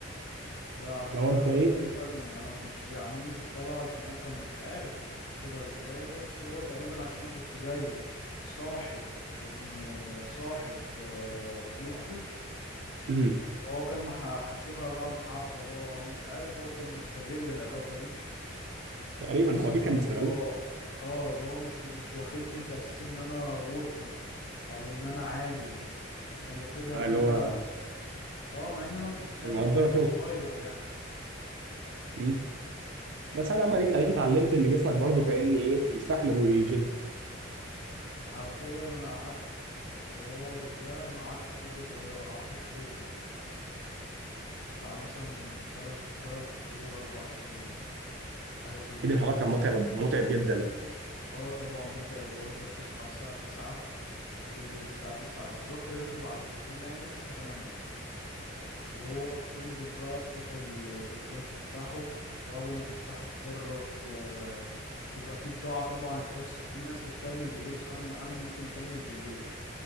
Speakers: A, on the left (about 75°); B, on the right (about 60°).
A: لا انا
B: لو
A: ت... انا
B: أنت إيه
A: تقريبا انا ما كانش بيعاملني بالطلعه عشان هو كان مش عارف هو كان حاسبها ازاي بس هو تقريبا عشان انا كنت جاي صاحب ابن صاحب آه، ابن اخته
B: مم.
A: هو كان مح... حاسبها بقى محبه بقى او مش عارف هو كان مستغل العلاقه دي
B: تقريبا
A: بحيث
B: هو
A: ان
B: أكيد كان
A: هو
B: مستغلك
A: اه اه اللي هو مش مش واخدني كأس ان انا وركر او ان انا عامل هو كان واخدها
B: اللي
A: ان انا
B: هو
A: اه مع ان انا ما كنت ساعتها
B: مقدرة
A: ما اعتبرش
B: شغل
A: صغير يعني
B: مم. بس أنا لما أديك أديك اتعلمت إن جسمك برضه
A: اه
B: فاهمني إيه يستحمل ويشد
A: حرفيا انا قعدت في الحوار ده ما قعدتش مدة صغيرة قعدت شهور بتاع مثلا تلات تلات شهور اربع شهور حاجة كده
B: أكيد
A: مش
B: الحوار
A: متذكر
B: كان متعب متعب جدا
A: اه طبعا متعب وانت بتصحى الساعة تسعة تنزل الساعة تسعة بالظبط لازم تبقى عند الدكان يعني انت بتصحى تمانية وهو بتنزل بقى تروح الدكان تفتحه واول ما تفتحه تخرج آه، تبقى فيه بضاعة طبعا اترصت في ناس بتكمل بالليل صاحب المحل ممكن يكمل بالليل